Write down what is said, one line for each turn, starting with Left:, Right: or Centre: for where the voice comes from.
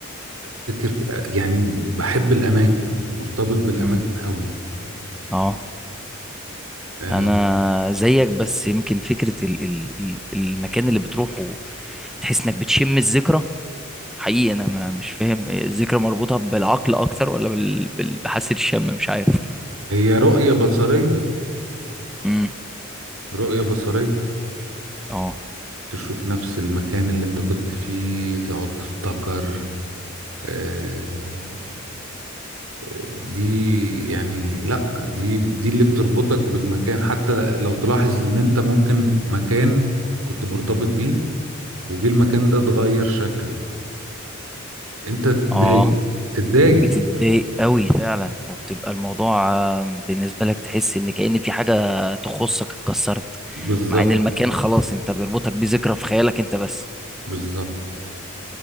Right: افتكر ك- يعني بحب الاماكن مرتبط بالاماكن
Centre: مم.
Right: قوي
Centre: اه
Right: آه،
Centre: انا زيك بس يمكن فكره ال ال ال- المكان اللي بتروحه تحس انك بتشم الذكرى حقيقي انا ما مش فاهم هي الذكرى مربوطه بالعقل اكتر ولا بال بال- بحاسه الشم مش عارف
Right: هي رؤية بصرية
Centre: امم
Right: رؤية بصرية
Centre: اه
Right: تشوف نفس المكان اللي انت كنت فيه تقعد تفتكر آه، آه، دي يعني لا دي دي اللي بتربطك بالمكان حتى لو تلاحظ ان انت ممكن مكان كنت مرتبط بيه وجه المكان ده اتغير شكله انت تتضايق
Centre: اه
Right: تتضايق
Centre: بتتضايق قوي فعلا وبتبقى الموضوع آه، بالنسبه لك تحس ان كأن في حاجه تخصك اتكسرت
Right: بالظبط
Centre: مع ان المكان خلاص انت بيربطك بذكرى في خيالك انت بس
Right: بالظبط